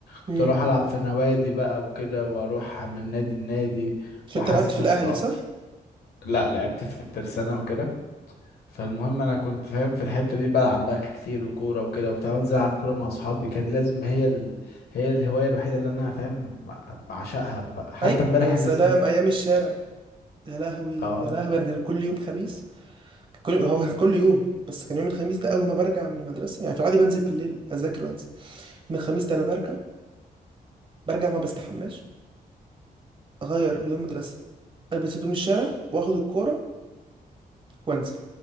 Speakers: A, on the left (about 80°); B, on the right (about 35°).
A: كنت
B: امم
A: اروح العب في نوادي بقى وكده واروح من نادي لنادي
B: عشان
A: واحسن
B: أنت لعبت في
A: نفسي
B: الأهلي
A: اكتر
B: صح؟
A: لا لعبت في الترسانه وكده فالمهم انا كنت فاهم في الحته دي بلعب بقى كتير وكوره وكده وبتاع وانزل العب كوره مع اصحابي كان لازم هي ال... هي الهوايه الوحيده اللي انا فاهم بعشقها بقى حتى
B: اي
A: امبارح
B: يا سلام
A: لسه
B: ايام الشارع يا لهوي
A: اه
B: يا لهوي انا كان كل يوم خميس كان كل هو كان كل يوم بس كان يوم الخميس ده اول ما برجع من المدرسه يعني في العادي بنزل بالليل اذاكر وانزل يوم الخميس ده انا برجع برجع ما بستحماش اغير هدوم مدرسه البس هدوم الشارع واخد الكوره وانزل